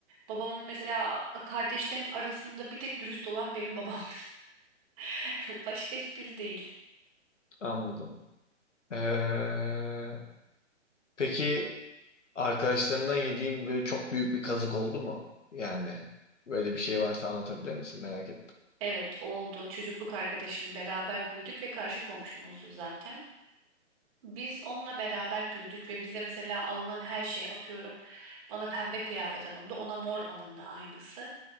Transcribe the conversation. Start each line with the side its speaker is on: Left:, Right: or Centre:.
Right: Babamın mesela a- kardeşlerin arasında bir tek dürüst olan benim babamdır. <laughs> Başka hiçbiri değil.
Left: Anladım. Eee, peki Arkadaşlarından yediğin böyle çok büyük bir kazık oldu mu? Yani böyle bir şey varsa anlatabilir misin? Merak ettim.
Right: Evet oldu. Çocukluk arkadaşım beraber büyüdük ve karşı komşumuzdu zaten. Biz onunla beraber büyüdük ve bize mesela alınan her şey atıyorum. Bana pembe kıyafet alındı, ona mor alındı aynısı.